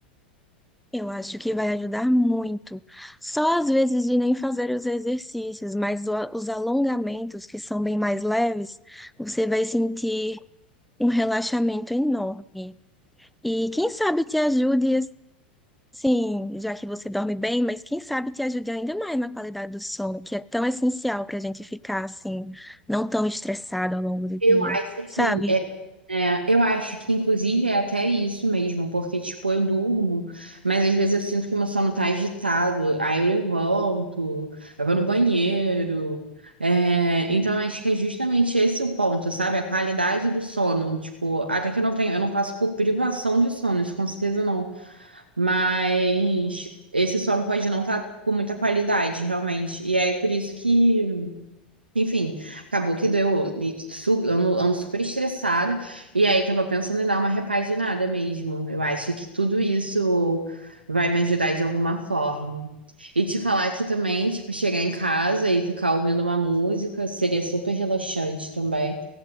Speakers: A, in the centre; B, on the right.
A: Eu acho que vai ajudar muito. Só às vezes de nem fazer os exercícios, mas o- os alongamentos, que são bem mais leves, você vai sentir um relaxamento enorme. E quem sabe te ajude, assim, já que você dorme bem, mas quem sabe te ajude ainda mais na qualidade do sono, que é tão essencial para a gente ficar, assim, não tão estressado ao longo do
B: Eu
A: dia,
B: acho
A: sabe?
B: que é, é, eu acho que inclusive é até isso mesmo, porque tipo eu durmo, mas às vezes eu sinto que meu sono tá agitado, aí eu levanto, eu vou no banheiro. É, então acho que é justamente esse o ponto, sabe? A qualidade do sono, tipo, até que eu não tenho, eu não passo por privação de sono, isso com certeza não, mas esse sono pode não estar com muita qualidade, realmente. E aí por isso que enfim, acabou que deu. me su- Ando, ando super estressada. E aí, tava pensando em dar uma repaginada mesmo. Eu acho que tudo isso vai me ajudar de alguma forma. E te falar que também, tipo, chegar em casa e ficar ouvindo uma música seria super relaxante também.